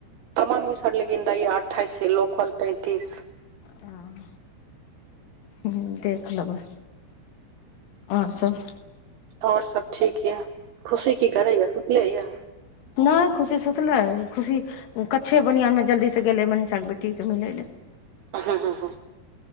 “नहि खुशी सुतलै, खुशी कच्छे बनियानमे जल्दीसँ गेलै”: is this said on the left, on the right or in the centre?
Left